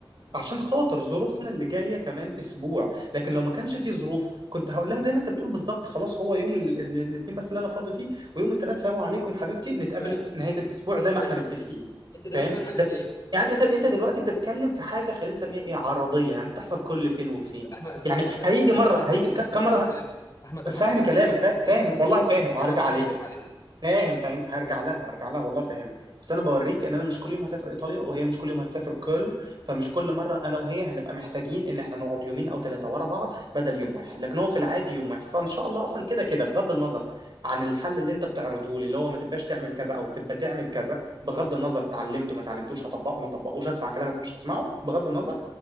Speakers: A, on the right; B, on the left.
A: عشان خاطر ظروفنا اللي جايه كمان اسبوع لكن لو ما كانش في ظروف كنت هقول لها زي ما انت بتقول بالظبط خلاص هو يوم ال- ال- الاثنين بس اللي انا فاضي فيه ويوم الثلاث سلام عليكم حبيبتي نتقابل
B: تمام
A: نهايه الاسبوع
B: زي
A: زي
B: الفل
A: ما احنا متفقين
B: انت دلوقتي
A: فاهم
B: بقى اتعلمت
A: ده
B: ايه
A: يعني انت انت دلوقتي بتتكلم في حاجه خلينا نسميها ايه عرضيه يعني بتحصل كل فين وفين
B: احمد انت
A: يعني
B: مش انت انا
A: هيجي مره
B: انا
A: هيجي
B: حاسس انك
A: ك-
B: انت
A: كم
B: مش بتفهم
A: مره
B: كلامي احمد انا
A: بس
B: حاسس
A: فاهم
B: انا
A: كلامك
B: انا انا
A: فا- فاهم
B: انت
A: والله
B: انت
A: فاهم
B: مش بتتكلم
A: وهرجع
B: عن النقطه
A: عليها
B: اللي بتكلم عليها
A: فاهم فاهم هرجع لها هرجع لها والله فاهمها بس انا بوريك ان انا مش كل يوم هسافر ايطاليا وهي مش كل يوم هتسافر كولن فمش كل مره انا وهي هنبقى محتاجين ان احنا نقعد يومين او ثلاثه ورا بعض بدل يوم واحد لكن هو في العادي يوم واحد فان شاء الله اصلا كده كده بغض النظر عن الحل اللي انت بتعرضه لي اللي هو ما تبقاش تعمل كذا او تبقى تعمل كذا بغض النظر اتعلمته ما اتعلمتوش هطبقه ما طبقوش اسمع كلامك مش هسمعه بغض النظر